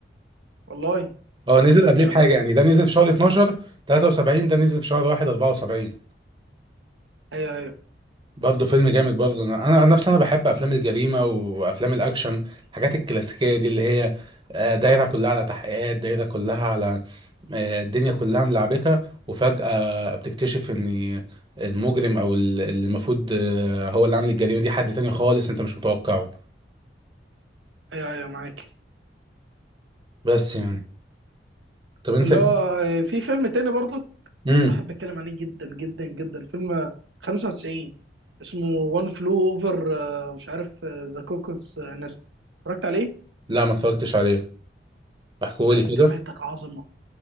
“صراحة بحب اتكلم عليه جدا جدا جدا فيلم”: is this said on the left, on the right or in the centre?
Right